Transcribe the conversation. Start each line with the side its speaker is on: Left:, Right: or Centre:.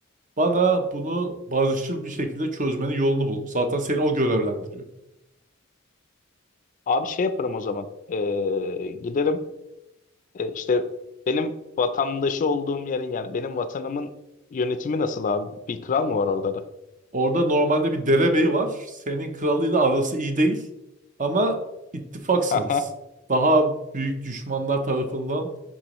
Right: Bana bunu barışçıl bir şekilde çözmenin yolunu bul. Zaten seni o görevlendiriyor.
Left: Abi şey yaparım o zaman. Ee, giderim Ee, işte benim vatandaşı olduğum yerin yani benim vatanımın yönetimi nasıl abi? Bir kral mı var orada da?
Right: Orada normalde bir derebeyi var. Senin kralıyla arası iyi değil. Ama ittifaksınız.
Left: Aha,
Right: Daha büyük düşmanlar tarafından